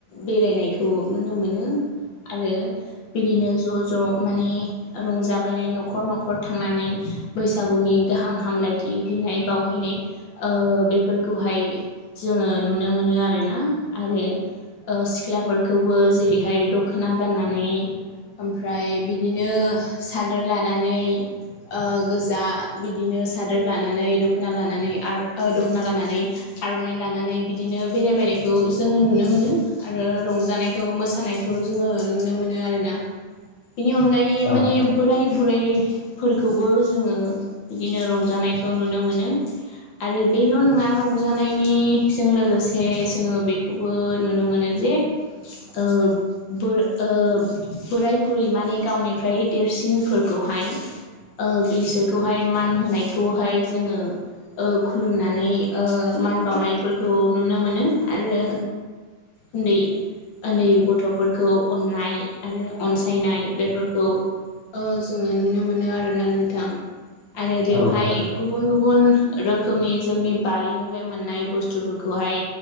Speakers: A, on the left (about 75°); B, on the left (about 50°).
A: बेरायनायखौ नुनो मोनो। आरो बिदिनो ज' ज' माने रंजाबायनाय न'खर न'खर थांनानै बैसागुनि गाहाम हामलायथि हैनाय बावहै नाय ओ बेफोरखौहाय जोङो नुनो मोनो आरोना। आरो ओ सिख्लाफोरखौबो जेरैहाय दख'ना गाननानै ओमफ्राय बिदि नो सादोर लानानै ओ गोजा बिदिनो सादोर लानानै दख'ना लानानै आर ओ दख'ना गाननानै आर'नाइ लानानै बिदिनो बेरायबायनायखौ जोङो नुनो मोनो आरो रंजानायखौ मोसानायखौ जोङो नुनो मोनो आरोना बेनि अनगायै
B: औ
A: माने
B: नोंथां
A: बोराय बुरै फोरखौबो जोङो बिदिनो रंजानायखौ नुनो मोनो। आरो बेल' नङा रंजानायनिजों लोगोसे जोङो बेखौबो नुनो मोनो जे ओ बोर ओ बोराय बुरै माने गावनि फ्राय देरसिनफोरखौहाय ओ बिसोरखौहाय मान होनायखौहाय जोङो ओ खुलुमनानै ओ मान बावनायफोरखौ नुनो मोनो । आरो उन्दै ओन्दै गथ'फोरखौ अननाय आरो अनसायनाय बे फोरखौ ओ जोङो नुनो मोनो आरोना नोंथां। आरो बेवहाय
B: औ नोंथां
A: गुबुन गु बुन रोखोमनि जोंनि बारिनिफ्राय मोननाय बुस्थुफोरखौहाय